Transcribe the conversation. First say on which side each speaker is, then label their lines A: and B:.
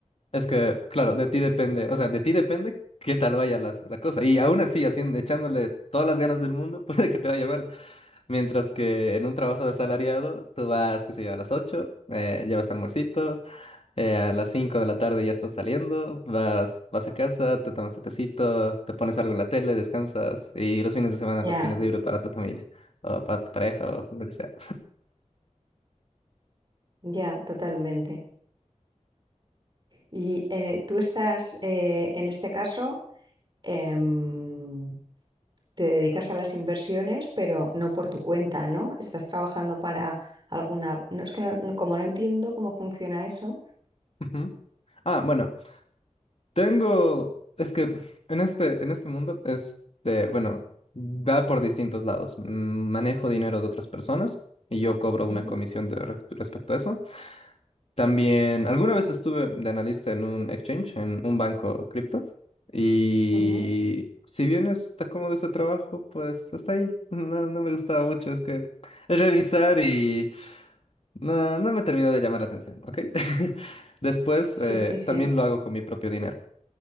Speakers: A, on the left; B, on the right.
A: Es que, claro, de ti depende, o sea, de ti depende qué tal vaya la la, cosa. Y aún así, haciendo, echándole todas las ganas del mundo, <laughs> puede que te vaya mal. Mientras que en un trabajo de asalariado, tú vas, qué sé yo, a las 8 eh, llevas tu almuercito, eh, a las 5 de la tarde ya estás saliendo, vas, vas a casa, te tomas tu tecito, te pones algo en la tele, descansas y los fines de semana
B: Ya,
A: los tienes libre para tu familia o para tu pareja o lo que sea.
B: ya, totalmente. Y eh, tú estás, eh, en este caso, em, te dedicas a las inversiones, pero no por tu cuenta, ¿no? Estás trabajando para alguna... No, es que no- no- como no entiendo cómo funciona eso.
A: <laughs> Ujú. Ah, bueno, Tengo, es que en este, en este mundo es de, bueno, va por distintos lados. Mm, Manejo dinero de otras personas y yo cobro
B: Ujú,
A: una comisión de, re- respecto a eso. También, alguna vez estuve de analista en un exchange, en un banco cripto, y
B: ujú.
A: si bien está cómodo ese trabajo, pues hasta ahí. No, no me gustaba mucho, es que es revisar y no, no me terminó de llamar la atención, ¿ok? <laughs> Después,
B: Sí,
A: eh,
B: sí, sí.
A: también lo hago con mi propio dinero.